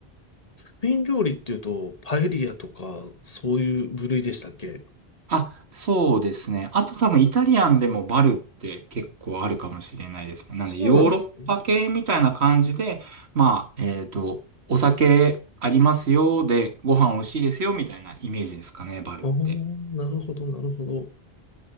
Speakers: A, on the left; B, on the right.
A: スペイン料理っていうと、パエリアとか、そういう部類でしたっけ
B: あ、そうですね。あと多分イタリアンでもバルって結構あるかもしれないですね。なんでヨーロッパ系みたいな感じで、
A: そうなんですね。
B: まあ、えーっと、お酒ありますよ、で、ご飯美味しいですよ、みたいなイメージですかね、バルって。
A: おー、なるほど、なるほど。